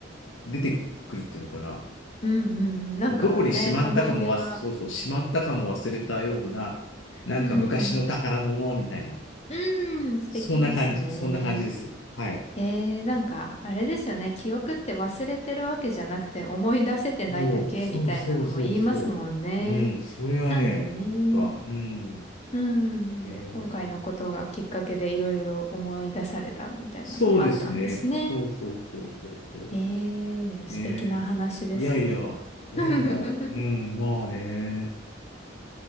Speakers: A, on the left; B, on the left.
A: 出てくるっていうのかな。
B: うんうん。なんかね、
A: もうどこにしまったかもわ、
B: 思い出が。
A: そうそう、しまったかも忘れたような、なんか昔の宝物みたいな、
B: うん。うん、素敵ですね。
A: そんな感じ、そんな感じです。はい。
B: えー、なんか、あれですよね。記憶って忘れてるわけじゃなくて思い出せてないだけみたいなのも言いますもんね。
A: そう、そうそうそうそう。うん、それはね、
B: なんでね。
A: 思った。うん。
B: うん。なんで、
A: えー、
B: 今回のことがきっかけでいろいろ思い出されたみたいなのもあったんですね。
A: そうですね。そうそうそうそうそうそ
B: えー、
A: う。
B: でも素敵な話です。
A: ねえ。いやいや、
B: <laughs>
A: いやいや、
B: え
A: うん、まあね。